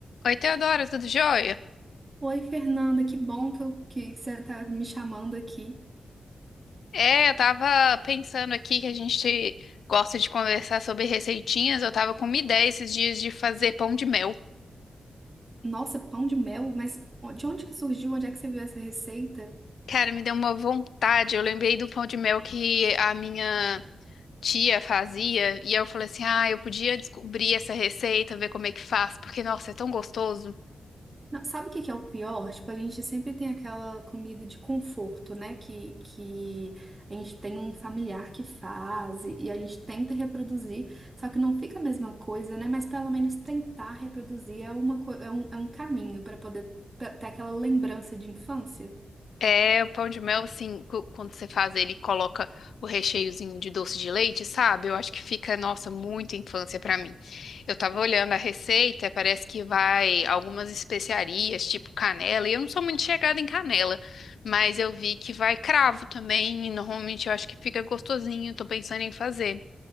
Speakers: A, on the left (about 80°); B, on the right (about 30°).
A: Oi, Teodora, tudo jóia?
B: Oi, Fernanda, que bom que, eu- que você tá me chamando aqui.
A: É, eu tava pensando aqui que a gente gosta de conversar sobre receitinhas. Eu tava com uma ideia esses dias de fazer pão de mel.
B: Nossa, pão de mel, mas de onde que surgiu? Onde é que você viu essa receita?
A: Cara, me deu uma vontade. Eu lembrei do pão de mel que a minha tia fazia. E eu falei assim: ah, eu podia descobrir essa receita, ver como é que faz, porque, nossa, é tão gostoso.
B: Não, sabe o que que é o pior? Tipo, a gente sempre tem aquela comida de conforto, né? Que, que a gente tem um familiar que faz e e a gente tenta reproduzir, só que não fica a mesma coisa, né? Mas pelo menos tentar reproduzir é uma, co- é um, é um caminho para poder pra ter aquela lembrança de infância.
A: É, o pão de mel, assim, cu- quando você faz ele, e coloca o recheiozinho de doce de leite, sabe? Eu acho que fica, nossa, muito infância pra mim. Eu tava olhando a receita, parece que vai algumas especiarias, tipo canela, e eu não sou muito chegada em canela, mas eu vi que vai cravo também, e normalmente eu acho que fica gostosinho, tô pensando em fazer.